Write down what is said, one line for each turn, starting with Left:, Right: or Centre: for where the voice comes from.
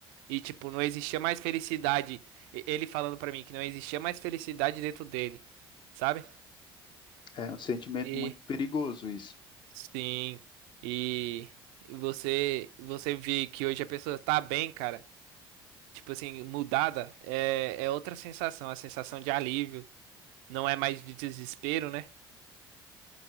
Right: E tipo, não existia mais felicidade. E- Ele falando pra mim que não existia mais felicidade dentro dele, sabe?
Left: É um sentimento
Right: E
Left: muito perigoso isso.
Right: Sim. E e você você vê que hoje a pessoa tá bem, cara. Tipo assim, mudada, é, é outra sensação, a sensação de alívio, não é mais de desespero, né?